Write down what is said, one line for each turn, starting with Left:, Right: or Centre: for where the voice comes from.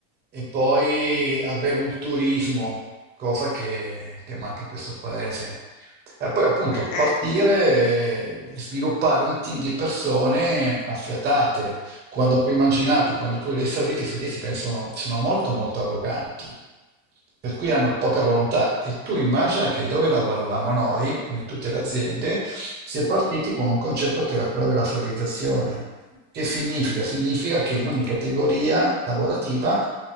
Right: e poi avere un turismo, cosa che, che manca in questo paese. E poi appunto
Left: Pe-
Right: partire,
Left: Eh,
Right: eh, sviluppare un team di persone affiatate, quando puoi immaginarti,
Left: mm,
Right: quando tu li hai esauriti, i suddizi pensano, sono molto molto arroganti, per cui hanno poca volontà. E tu immagina che dove lavoravamo noi, come in tutte le aziende, si è partiti con un concetto che era quello della valorizzazione. Che significa? Significa che in ogni categoria lavorativa